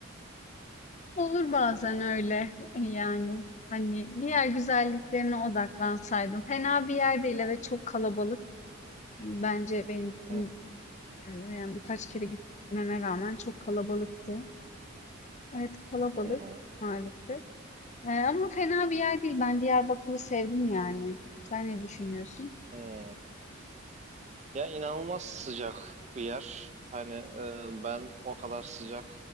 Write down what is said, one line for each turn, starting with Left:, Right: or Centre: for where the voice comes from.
Left: Olur bazen öyle <laughs> yani. Hani diğer güzelliklerine odaklansaydım. Fena bir yer değil ve çok kalabalık. Bence benim için,
Right: <laughs>
Left: e, yani birkaç kere gitmeme rağmen çok kalabalıktı. Evet kalabalık
Right: Hı hı.
Left: maalesef. E, ama fena bir yer değil. Ben Diyarbakır'ı sevdim yani. Sen ne düşünüyorsun?
Right: Hı. hı. Ya inanılmaz sıcak bir yer. Hani e, ben o kadar sıcak